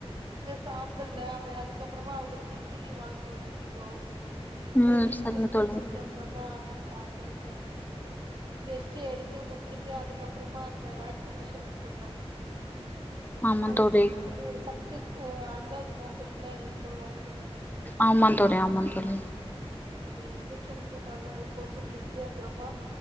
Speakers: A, on the right; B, on the left.
A: சாப்பிடல அதுக்கப்பறமா அவங்களுக்கு இட்லி வாங்கி வெச்சிகிட்டோ
B: ம்
A: சரி இந்த
B: சரிங்க
A: டெஸ்ட்ட்
B: தோழி
A: முடிஞ்ச அப்புறமா நா சாப்டுருக்கலா அப்டின்டு டெஸ்ட் எடுத்து முடிச்சுட்டு அதுக்கப்பறமா அந்த வேக்சினேஷன் போட்டாங்க
B: ஆமா
A: அது
B: தோழி
A: வந்து ஒரு ச துக் அ அஞ்சாவது மாசத்துல போடுவாங்க போல
B: ஆமா தோழி ஆமா தோழி
A: இன்ஜெக்க்ஷன் போட்டாங்க அது போட்டு முடிஞ்சிச்சு அப்பறமா